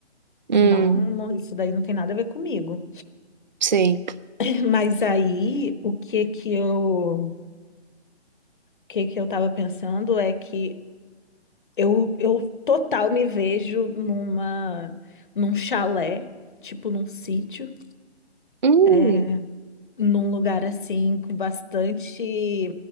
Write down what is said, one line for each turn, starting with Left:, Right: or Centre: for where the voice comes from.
Right: Hum,
Left: Não, não, isso daí não tem nada a ver comigo.
Right: sei.
Left: <laughs> Mas aí, o que que eu, o que que eu tava pensando é que Eu, eu total me vejo numa, num chalé, tipo num sítio,
Right: Hum,
Left: é, num lugar assim com bastante